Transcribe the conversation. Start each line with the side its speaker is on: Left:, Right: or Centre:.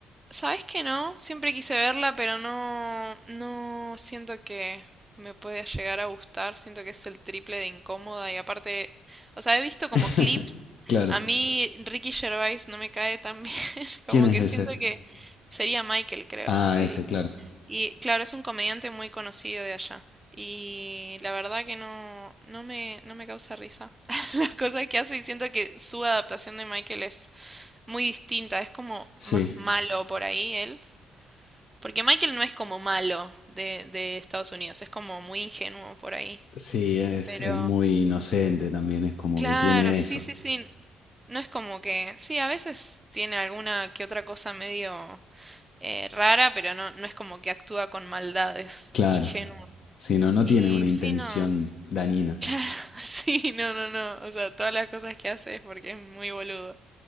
Right: ¿Sabes que no? Siempre quise verla, pero no, no siento que me pueda llegar a gustar. Siento que es el triple de incómoda y aparte, o sea, he visto como
Left: <laughs>
Right: clips.
Left: Claro.
Right: A mí Ricky Gervais no me cae tan bien, <laughs>
Left: ¿Quién
Right: como
Left: es
Right: que
Left: ese?
Right: siento que sería Michael, creo,
Left: Ah,
Right: en la serie.
Left: ese, claro.
Right: Y claro, es un comediante muy conocido de allá. Y la verdad que no, no me, no me causa risa. <laughs> Las cosas que hace y siento que su adaptación de Michael es muy distinta, es como
Left: Sí,
Right: más malo por ahí él. Porque Michael no es como malo de, de Estados Unidos, es como muy ingenuo por ahí.
Left: sí, es,
Right: Pero...
Left: es muy inocente también, es como
Right: Claro,
Left: que tiene
Right: sí,
Left: eso.
Right: sí, sí. No es como que... Sí, a veces tiene alguna que otra cosa medio eh, rara, pero no, no es como que actúa con maldades,
Left: Claro.
Right: ingenuo.
Left: Si no, no
Right: Y
Left: tiene una intención
Right: sí, no.
Left: danina.
Right: <laughs> Sí, no, no, no. O sea, todas las cosas que hace es porque es muy boludo.